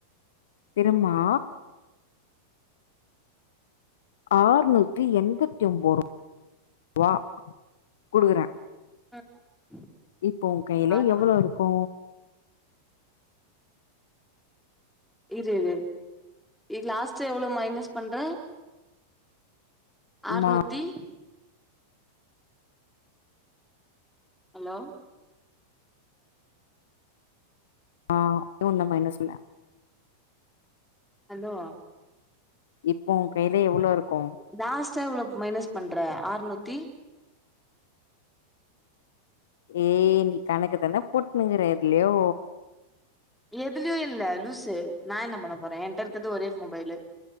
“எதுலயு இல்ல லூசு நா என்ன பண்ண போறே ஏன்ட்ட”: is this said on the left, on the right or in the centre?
Centre